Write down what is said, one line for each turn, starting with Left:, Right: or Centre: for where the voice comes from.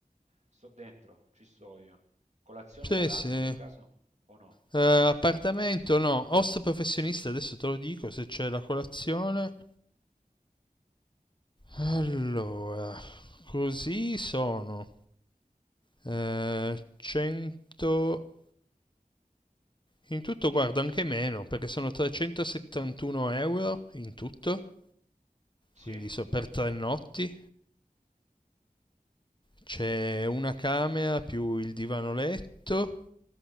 Right: Sto dentro, ci sto io. Colazione
Left: Sì,
Right: la danno
Left: sì.
Right: per caso o no?
Left: Eh, appartamento no, host professionista, adesso te lo dico se c'è la colazione. Allora, così sono eh, 100... In tutto guarda anche meno, perché sono 371 euro in tutto,
Right: Sì?
Left: quindi so- per tre notti. C'è una camera più il divano letto